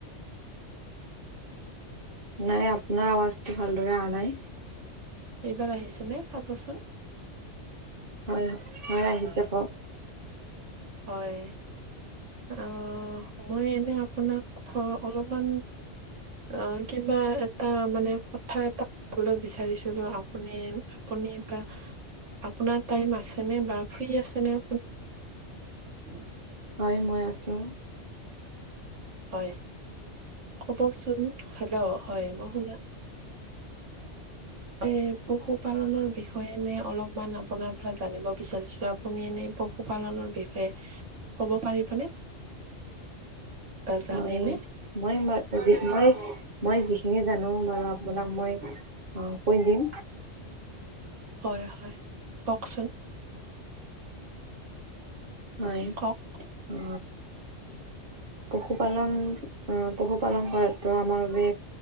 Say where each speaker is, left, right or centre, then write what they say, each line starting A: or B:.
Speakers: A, on the right; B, on the right.
A: নাই আপোনাৰ আৱাজটো ভালদৰে অহানাই
B: এইবাৰ আহিছেনেে চাবচোন।
A: হয় হয় হয় আহিছে কও
B: হয়। অ মই এনে আপোনাক অলপমান। অ কিবা এটা মানে কথা এটা কবলৈ বিচাৰিছিলো আপুনি আপোনাক আপোনাৰ টাইম আছেনে ফিৰি আছে নে‌? উম <unintelligible>
A: হয় মই আছোঁ।
B: হয় কবচোন হেল্ল' হয় মই শুনা। এ পশুপালনৰ বিষয়ে এনে অলপমান আপোনাৰ পৰা জানিব বিচাৰিছিলো আপুনি এনে। পশুপালনৰ বিষয়ে ক'ব পাৰিবনে। বা জানেনে
A: হয় মই ম মই মই যিখিনি জানো। আপোনাক মই কৈ দিম।
B: হয় হয় কওকচোন।
A: হয়
B: কওক
A: অ। পশুপালন আহ পশুপালন কৰাতো আমাৰ বাবে